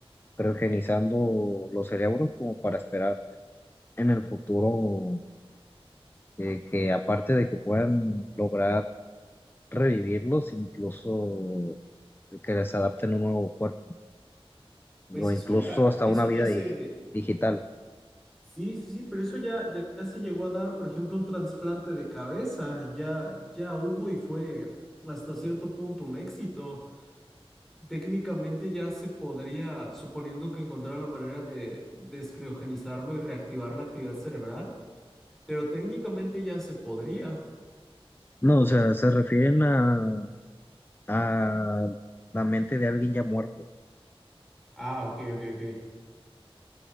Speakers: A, on the left; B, in the centre.
A: criogenizando los cerebros como para esperar en el futuro eh, que aparte de que puedan lograr revivirlos, incluso que les adapten un nuevo cuerpo,
B: Pues
A: o incluso
B: eso ya,
A: hasta
B: eso
A: una vida
B: ya
A: di-
B: se...
A: digital.
B: Sí, sí, sí, pero eso ya, ya, ya se llegó a dar, por ejemplo, un trasplante de cabeza, ya, ya hubo y fue hasta cierto punto un éxito. Técnicamente ya se podría, suponiendo que encontrara la manera de descriogenizarlo y reactivar la actividad cerebral, pero técnicamente ya se podría.
A: No, o sea, se refieren a, a la mente de alguien ya muerto.
B: Ah, ok, ok, ok.